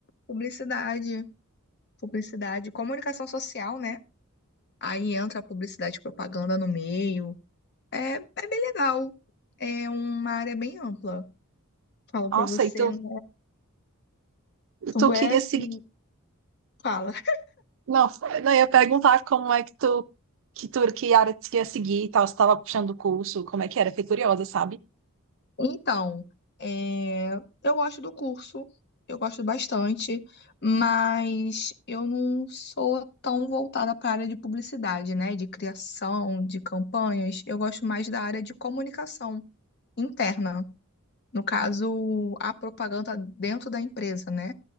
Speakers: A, on the left; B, on the right.
A: publicidade. Publicidade, comunicação social, né? Aí entra a publicidade e propaganda no meio. É, é bem legal. É uma área bem ampla. Falo
B: Nossa,
A: pra você,
B: e tu,
A: né?
B: e
A: Tu
B: tu queria
A: é assim,
B: seguir
A: fala. <laughs>
B: Não, não, eu ia perguntar como é que tu, que tu, que área tu ia seguir e tal, se tava puxando o curso, como é que era, fiquei curiosa, sabe?
A: Então, é, eu gosto do curso, eu gosto bastante, mas eu não sou tão voltada para a área de publicidade, né? De criação, de campanhas. Eu gosto mais da área de comunicação interna. No caso, a propaganda dentro da empresa, né?